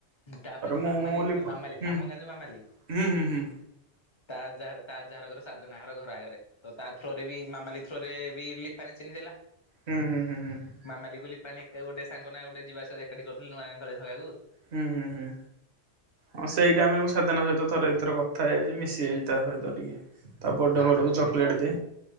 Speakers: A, on the left; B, on the right.
A: ତାପରେ ଯୋଉ
B: ମୁଁ
A: ମାମାଲି ନୁହଁ
B: ଲିପା
A: ମାମାଲି
B: ହୁଁ
A: ଆମ ଗାଁ ଯୋଉ ମାମାଲି
B: ହୁଁ ହୁଁ ହୁଁ
A: ତା ଯାହାର ତା ଯାହାର ଘର ସାଧନାହାର ଘର ଆଗରେ ତ ତା ଥ୍ର ରେ ବି ମାମାଲି ଥ୍ର ରେ ବି ଲିପାନି ଚିହ୍ନି ଦେଲା
B: ହୁଁ ହୁଁ ହୁଁ ହୁଁ
A: ମାାମଲି କୁ ଲିପାନି ଏକା ଗୋଟେ ସାଙ୍ଗ ନା ଗୋଟେ ଯିବା ଆସିବା ଏକାଠି କରିଥିଲେ ନୂଆଁ ଗାଁ କଲୋଜ ହେ
B: ହୁଁ ହୁଁ ହୁଁ ହଁ ସେଇଟା ମାନେ ମୁଁ ସାଧନା ସହିତ ଥରେ ଦି ଥର କଥା ହେଇଯାଇଛି ମିଶିଯାଇଛି ତା ସହିତ ଟିକେ ତାପଡେ
A: ତା
B: ଫଡ
A: ସହିତ କେମିତି
B: ଚକଲେଟ
A: ଚିହ୍ନିଲ
B: ଦେଇ